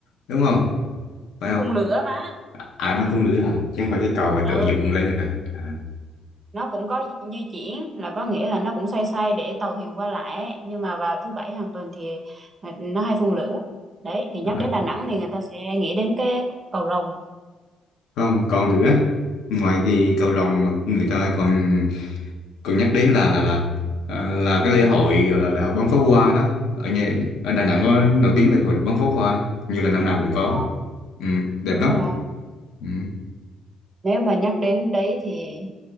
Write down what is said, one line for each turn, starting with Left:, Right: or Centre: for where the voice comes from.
Left: đúng không phải
Right: Nó
Left: không
Right: phun lửa mà.
Left: à à, nó không nữa à chứ không phải cái cầu mà
Right: Ừ,
Left: tự dựng lên được à, à.
Right: nó cũng có di di chuyển là có nghĩa là nó cũng xoay xoay để tàu thuyền qua lại. ấy. Nhưng mà vào thứ bảy hàng tuần thì ờ, nó hay phun lửa. Đấy, thì nhắc
Left: à.
Right: đến Đà Nẵng thì người ta sẽ nghĩ đến cái cầu Rồng.
Left: không còn nữa ngoài cái cầu rồng mà người ta còn còn nhắc đến là là là à, là cái lễ hội gọi là lễ hội bắn pháo hoa đó ở nhà ở Đà Nẵng có nổi tiếng lễ hội bắn pháo hoa như là năm nào cũng có
Right: Ờ,
Left: ừ, đẹp
Right: đúng
Left: lắm
Right: rồi hả?
Left: ừ.
Right: Nếu mà nhắc đến đấy thì